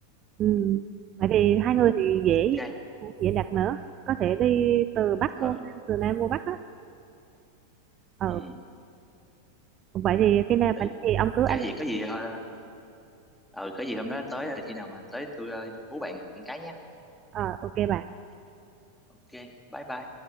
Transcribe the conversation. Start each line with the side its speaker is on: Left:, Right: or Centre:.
Right: ừ. vậy thì hai
Centre: ừ.
Right: người thì dễ
Centre: ok
Right: dễ đặt nữa có thể đi từ Bắc vô
Centre: ừ.
Right: Nam, từ Nam vô Bắc á ờ
Centre: ừ
Right: vậy thì khi
Centre: hợp
Right: nào
Centre: lý
Right: bạn thì ông cứ alo
Centre: ok vậy có gì ờ, ừ có gì hôm đó tới là khi nào mà tới tôi ờ, hú bạn cái nha
Right: ờ ok bà
Centre: ok bye bye